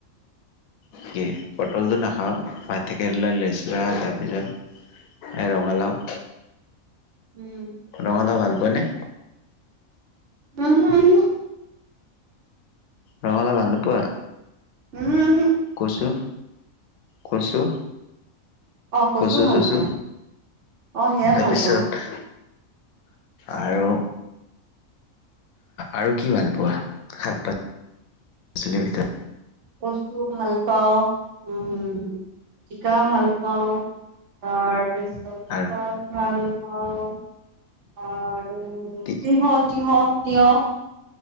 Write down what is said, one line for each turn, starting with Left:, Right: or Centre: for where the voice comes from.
Left: তাকে, পটলটো নাখাওঁ, ভাত কেৰেলা, লেচৰা, তা পিছত এই ৰঙালাও।
Right: উম।
Left: ৰঙালাওঁ‌ ভাল পোৱা নে?
Right: উমহোঁ-উমহোঁ।
Left: ৰঙালাওঁ ভাল নোপোৱা?
Right: উমহোঁ উমহোঁ।
Left: কচু কচু?
Right: অ কচু
Left: কচু-চচু,
Right: ভাল পাওঁ অ সেয়া
Left: তাৰপিছত
Right: ভাল পাওঁ।
Left: আৰু আৰু কি ভাল পোৱা, শাক পাচলি <inaudible> পাচলিৰ ভিতৰত?
Right: কচু ভাল পাওঁ‌, উম, জিকা ভাল পাওঁ‌, তাৰপিছত স্কুৱাছ
Left: আৰু
Right: ভাল পাওঁ, আৰু
Left: তি
Right: তিঁহ, তিহ, তিঁয়হ।